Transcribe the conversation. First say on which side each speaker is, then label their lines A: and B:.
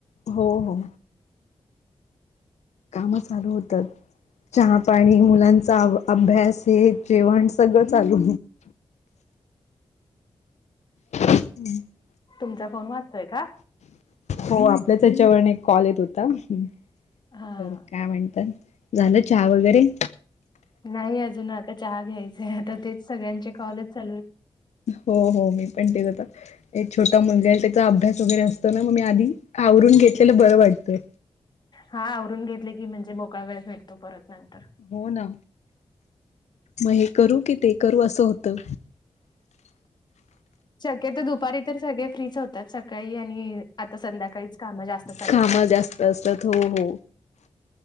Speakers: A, on the left; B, on the left.
A: हो हो. काम चालू होतात. चहा पाणी मुलांचा अभ्यास हे जेवण सगळं चालू. <unintelligible>
B: तुमचा फोन वाचतोय का
A: हो आपल्याच याच्यावरन एक कॉल येत होता बर
B: हा.
A: काय म्हणतात झालं चहा वगैरे
B: नाही अजून आता चहा घ्यायचंय आता तेच सगळ्यांचे कॉल च चालूय
A: हो हो मी पण तेच आता एक छोटा मुलगाय त्याचा अभ्यास वगैरे असतो ना मग मी आधी आवरून घेतलेला बरं वाटतंय
B: हा आवरून घेतलं की म्हणजे मोकळा वेळ भेटतो परत नंतर
A: हो ना म हे करू कि ते करू असं होतं
B: शक्यतो दुपारी तर सगळे फ्री च होतात सकाळी आणि आता संध्याकाळीच कामं जास्त चालू
A: कामं
B: होतात.
A: जास्त असतात हो हो